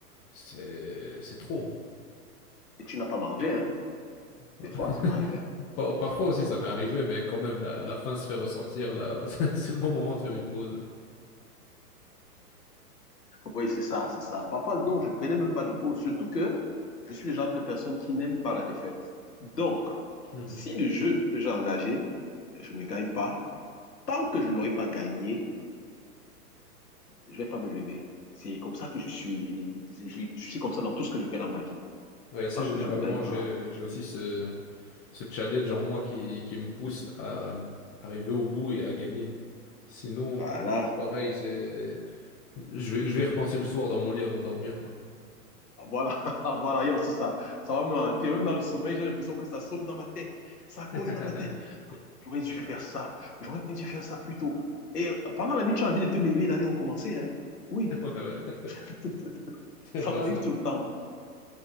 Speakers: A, on the left (about 30°); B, on the left (about 80°).
A: C'est, c'est trop.
B: Et tu n'as pas mangé, hein? Des
A: Ouais.
B: fois, ça m'arrivait.
A: Pa- Parfois aussi, ça m'est
B: Sans-
A: arrivé, mais quand même, la,
B: ouais.
A: la faim se fait ressentir. Là, <laughs> c'est le bon moment de faire une pause.
B: Oui, c'est ça, c'est ça. Parfois, non, je prenais même pas de pause, surtout que je suis le genre de personne qui n'aime pas la défaite. Donc,
A: Mhm.
B: si le jeu que j'ai engagé, je ne gagne pas, tant que je n'aurai pas gagné, je vais pas me lever. C'est comme ça que je suis. Je suis comme ça dans tout ce que je fais dans ma vie.
A: Oui, assez
B: Tant
A: généralement,
B: que je ne gagne pas.
A: j'ai, j'ai aussi ce, ce challenge en moi qui, qui me pousse à arriver au bout et à gagner. Sinon,
B: Voilà.
A: pareil, c'est, je vais, je vais y repenser le soir dans mon lit avant de dormir, quoi.
B: Voilà, <laughs> voilà, il y a aussi ça. Ça va me hanter. Même dans le sommeil, j'ai l'impression que ça sonne dans ma tête. Ça
A: <laughs>
B: cogne dans ma tête. J'aurais dû faire ça. J'aurais dû faire ça plus tôt. Et pendant la nuit, tu as envie de te lever et d'aller recommencer. Hein? Oui,
A: Ouais, ouais.
B: <laughs>
A: <laughs> C'est
B: ça
A: vrai,
B: m'arrive
A: ça.
B: tout le temps. Donc.